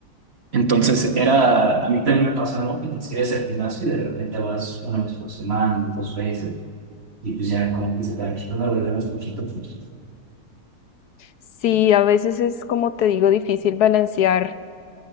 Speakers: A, on the right (about 40°); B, on the left (about 75°).
A: Entonces era, a mí también me pasa, ¿no? Que te inscribes al gimnasio y de repente vas una vez por semana, dos veces, y pues ya como que se te va quitando los problemas poquito a poquito.
B: Sí, a veces es como te digo, difícil balancear